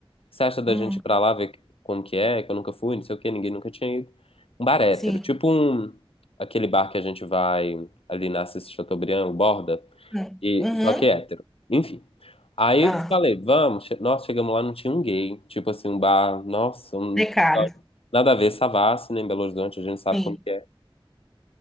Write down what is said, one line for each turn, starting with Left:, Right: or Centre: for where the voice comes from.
Left: que você acha da
Centre: Hum,
Left: gente ir pra lá ver como que é? Que eu nunca fui, não sei o quê, ninguém nunca tinha ido. Um bar hétero,
Centre: sim.
Left: tipo um, aquele bar que a gente vai ali na Assis Chateaubriand, o Borda.
Centre: Hum.
Left: E,
Centre: Uhum.
Left: só que é hétero. Enfim. Aí
Centre: Ah,
Left: falei, vamos. Che- Nossa, chegamos lá, não tinha um gay. Tipo assim, um bar. Nossa, um-
Centre: precário.
Left: nada a ver, Savassi, né? Em Belo Horizonte, a gente sabe
Centre: Sim.
Left: como que é.